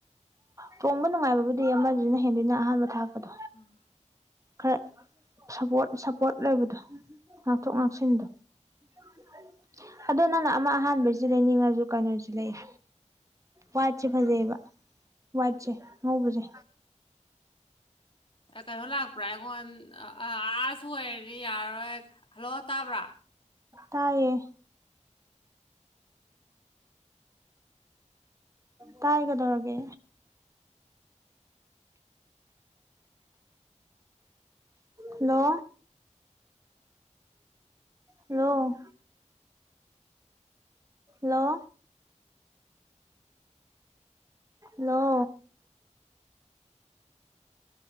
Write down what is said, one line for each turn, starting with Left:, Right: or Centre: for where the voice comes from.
Right: ꯇꯣꯡꯕ ꯅꯨꯡꯉꯥꯏꯕꯕꯨꯗꯤ ꯑꯃꯖꯤꯅ ꯍꯦꯟꯗꯣꯏ ꯅ ꯑꯍꯥꯟꯕ ꯊꯥꯔꯛꯄꯗꯣ
Left: ꯑꯥ
Right: ꯈꯔ ꯁꯄꯣꯔꯠ ꯁꯄꯣꯔꯠ ꯂꯩꯕꯗꯣ ꯉꯥꯛꯊꯣꯛ ꯉꯥꯡꯁꯤꯟꯗꯣ <inaudible> ꯑꯗꯣ ꯅꯪꯅ ꯑꯃ ꯑꯍꯥꯟꯕꯩꯖꯤ ꯂꯩꯅꯤꯡꯉꯖꯨ ꯀꯩꯅꯣꯖꯤ ꯂꯩꯌꯨ ꯋꯥꯏꯠꯁꯦ ꯐꯖꯩꯑꯦꯕ
Left: ꯀꯔꯤ
Right: ꯋꯥꯏꯠꯁꯦ ꯑꯉꯧꯕꯖꯦ
Left: ꯑ ꯀꯩꯅꯣ ꯂꯥꯛꯄ꯭ꯔꯥ ꯑꯩꯉꯣꯟ ꯑ ꯑꯥꯁ ꯑꯣꯏꯔꯅꯤ ꯌꯥꯔꯔꯣꯏ ꯍꯜꯂꯣ ꯇꯥꯕ꯭ꯔꯥ
Right: ꯇꯥꯏꯌꯦ ꯇꯥꯏ ꯀꯦꯗꯧꯔꯒꯦ ꯍꯜꯂꯣ ꯂꯣ ꯂꯣ ꯍꯜꯂꯣ